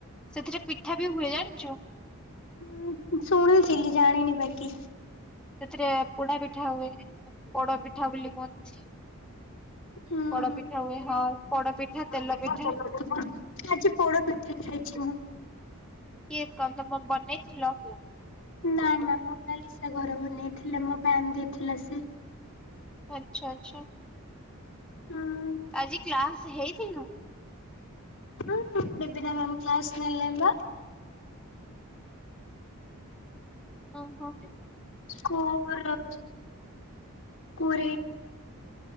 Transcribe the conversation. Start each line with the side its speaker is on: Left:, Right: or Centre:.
Centre: ସେଥିରେ ପିଠା ବି ହୁଏ ଜାଣିଚୁ?
Left: ହୁଁ ଶୁଣିୁଥିଲି ଜାଣିନି ବାକି।
Centre: ସେଥିରେ ପୋଡା ପିଠା ହୁଏ ବଡ ପିଠା ବୋଲି କୁହନ୍ତି।
Left: ହୁଁ
Centre: ପୋଡ
Left: ହଁ
Centre: ପିଠା ହୁଏ ପୋଡ ପିଠା ତେଲ ପିଠା।
Left: ପୋଡ ଆଜି ପୋଡ ପି ଦେ ଖାଇଛି ନା?
Centre: କେ କ ବନେଇଥିଲ?
Left: ନା ନା ମୋନାଲିସା ଘର ବନେଇଥିଲେ ମୋ ପାଇଁ ଆଣି ଦେଇଥିଲା ସେ।
Centre: ଆଚ୍ଛା ଆଚ୍ଛା।
Left: ହଁ।
Centre: ଆଜି କ୍ଲାସ ହେଇଥିଲୁ?
Left: ହୁଁ ବିନ ମ୍ୟାମ କ୍ଲାସ୍ ନେଲେ ପା।
Centre: ହଁ ହଁ।
Left: କୋର କୋରେ